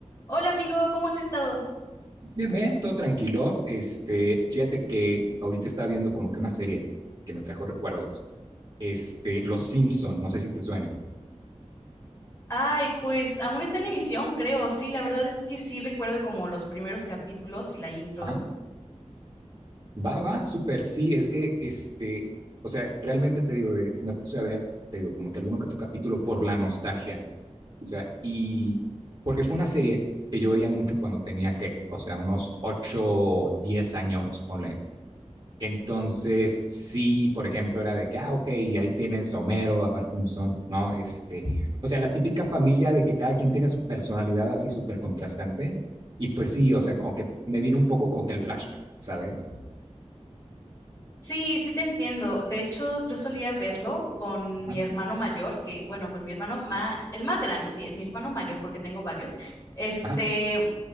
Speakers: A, on the left (about 25°); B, on the right (about 40°).
A: Hola amigo, ¿cómo has estado?
B: Bien, bien, todo tranquilo. Este, fíjate que ahorita estaba viendo como que una serie que me trajo recuerdos. Este, Los Simpson, no sé si te suene.
A: Ay, pues aún está en emisión, creo. Sí, la verdad es que sí recuerdo como los primeros capítulos y la intro.
B: Ajá. Va, va, súper, sí, es que, este, o sea, realmente te digo, de- me puse a ver, te digo, como que alguno que otro capítulo por la nostalgia, o sea, y porque fue una serie que yo veía mucho cuando tenía que, o sea, unos 8, 10 años, ponle, Entonces, sí, por ejemplo, era de que, ah, ok, y ahí tienes a Homero, a Bart Simpson, ¿no? Este, o sea, la típica familia de que cada quien tiene su personalidad así súper contrastante. Y pues sí, o sea, como que me vino un poco como que el flashback, ¿sabes?
A: Sí, sí te entiendo. De hecho, yo solía verlo con mi
B: Ajá,
A: hermano mayor, que, bueno, con mi hermano ma, el más grande, sí, mi hermano mayor, porque tengo varios. Este,
B: ajá,